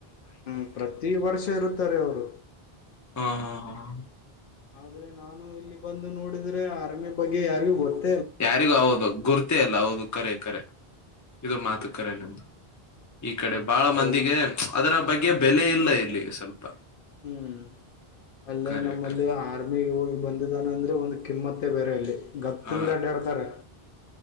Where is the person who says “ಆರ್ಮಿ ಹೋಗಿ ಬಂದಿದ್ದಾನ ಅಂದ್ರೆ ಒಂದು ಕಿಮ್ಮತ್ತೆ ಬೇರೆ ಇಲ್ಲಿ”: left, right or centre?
Left